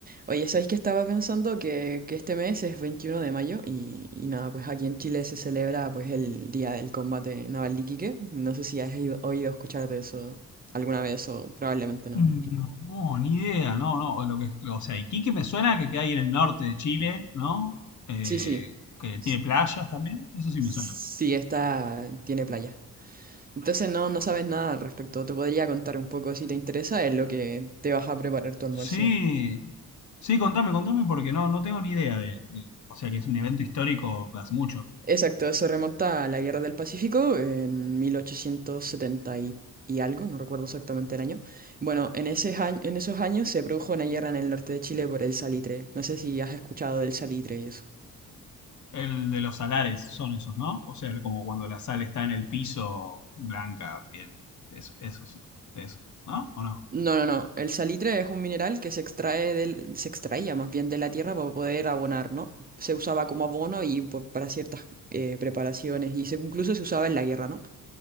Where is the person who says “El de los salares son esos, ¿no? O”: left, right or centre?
Left